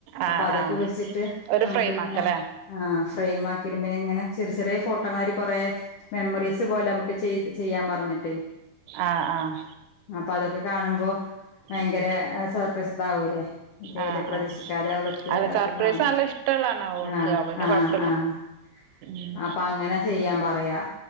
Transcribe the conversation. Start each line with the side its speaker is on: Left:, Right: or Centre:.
Right: ആഹ്
Left: അപ്പ അതൊക്കെ
Right: ആഹ്
Left: വെച്ചിട്ട്
Right: ഒരു
Left: നമുക്ക്
Right: ഫ്രെയിം
Left: ഇങ്ങനെ
Right: ആക്കല്ലേ
Left: ആഹ് ഫ്രെയിംമാക്കിയിയരും പിന്നെ ഇങ്ങനെ ചെറിയെ ചെറിയ ഫോട്ടങ്ങളാരി കൊറേ മെമ്മറീസ് പോലെ നമക്ക് ചെയ് ചെയ്യാൻ പറഞ്ഞിട്ടേ
Right: ആഹ് ആഹ്
Left: ആഹ് അപ്പ അതൊക്കെ കാണുമ്പോ ഭയങ്കര
Right: ഉം
Left: സർപ്രയ്സ് ഇതാവൂലേ തീരെ
Right: ആഹ്
Left: പ്രതീക്ഷിക്കാതെ
Right: ആഹ്
Left: അവൾക്ക്
Right: അല്ല
Left: ഒക്കെ
Right: സർപ്രൈസ്
Left: കാണുമ്പോ
Right: നല്ല ഇഷ്ടള്ളാണ് ഓൾക്ക്
Left: ആഹ്
Right: അപ്പ പിന്നെ
Left: ആഹ്
Right: കൊഴപ്പല്ല
Left: ആഹ് ആ ഹ്
Right: ഉം
Left: അപ്പ അങ്ങന ചെയ്യാംപറയാ